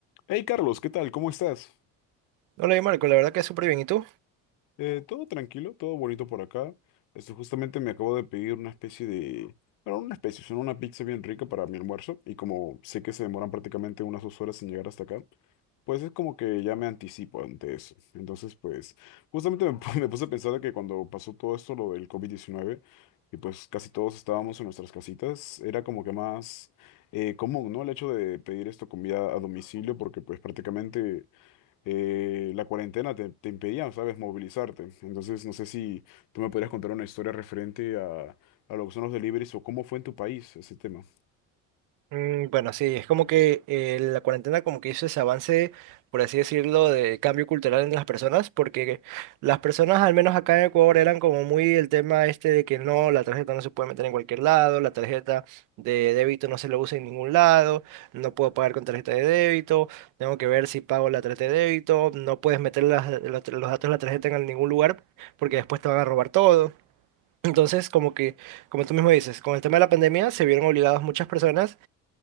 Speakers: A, on the left (about 65°); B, on the right (about 65°).
A: Hey Carlos, ¿qué tal? ¿Cómo estás?
B: Hola, y Marco, la verdad que súper bien. ¿Y tú?
A: Eh, todo tranquilo, todo bonito por acá. Esto justamente me acabo de pedir una especie de... Bueno, una especie, sino una pizza bien rica para mi almuerzo. Y como sé que se demoran prácticamente unas dos horas en llegar hasta acá, pues es como que ya me anticipo ante eso. Entonces, pues, justamente me, pu- <laughs> me puse a pensar de que cuando pasó todo esto, lo del covid diecinueve y pues casi todos estábamos en nuestras casitas, era como que más eh, común, ¿no? El hecho de pedir esto comida a domicilio, porque pues prácticamente eh, la cuarentena te, te impedía, ¿sabes?, movilizarte. Entonces, no sé si tú me podrías contar una historia referente a, a lo que son los deliveries o cómo fue en tu país ese tema.
B: Mm, bueno, sí, es como que eh, la cuarentena como que hizo ese avance, por así decirlo, de cambio cultural en las personas, porque las personas, al menos acá en Ecuador, eran como muy el tema este de que no, la tarjeta no se puede meter en cualquier lado, la tarjeta de débito no se lo usa en ningún lado, no puedo pagar con tarjeta de débito, tengo que ver si pago la tarjeta de débito, no puedes meter las- los, los datos de la tarjeta en ningún lugar porque después te van a robar todo. Entonces, como que, como tú mismo dices, con el tema de la pandemia se vieron obligadas muchas personas,